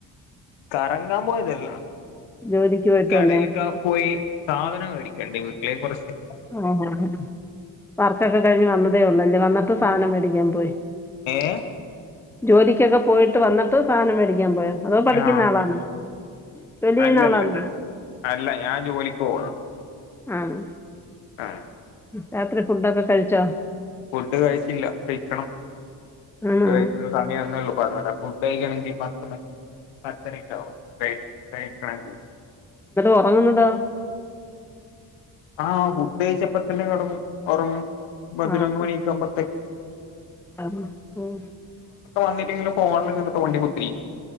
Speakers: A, on the left; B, in the centre.
A: കറങ്ങാൻ പോയതല്ലാ.
B: ജോലിക്ക് പോയിട്ട്
A: കടയിലൊക്കെ
B: വന്നയാ
A: പോയി സാധനം മേടിക്കാനുണ്ടെ വീട്ടിലെ കൊറച്ച്.
B: ആ വർക്കൊക്കെ കഴിഞ്ഞ് വന്നതേ ഒ ള്ളൂല്ലേ, വന്നിട്ട് സാധനം മേടിക്കാൻ പോയി.
A: ങേ.
B: ജോലിക്കൊക്കെ പോയിട്ട് വന്നിട്ട് സാധനം മേടിക്കാൻ പോയോ അതോ പഠിക്കുന്ന
A: ആഹ്
B: ആളാണോ? ജോലി ചെയ്യുന്ന
A: അല്ലല്ല,
B: ആളാണോ
A: അല്ല. ഞാൻ ജോലിക്ക് പോണാ.
B: ആണോ.
A: ആഹ്.
B: രാത്രി ഫുഡൊക്കെ കഴിച്ചോ?
A: ഫുഡ് കഴിച്ചില്ല കഴിക്കണം ഫുഡ്
B: ആണോ
A: കഴിക്കുന്ന സമയവുന്നെ ഉള്ളൂ. വിടെ ഫുഡ്കഴികണെങ്കി പത്ത് മണി പത്തരയ്ക്കാവും. കഴി കഴിക്കണെങ്കി.
B: ഉറങ്ങുന്നതോ?
A: ആഹ് ഫുഡ് കഴിച്ച് അപ്പത്തന്നെ കെടന്ന് ഉറങ്ങും പതിനൊന്ന്
B: ആണോ
A: മണിയൊക്കെ ആവുമ്പോത്തേക്കും.
B: <unintelligible>
A: വന്നിട്ടെങ്കില് ഫോണില്ങ്ങനെ തോണ്ടി കുത്തിരിക്കും.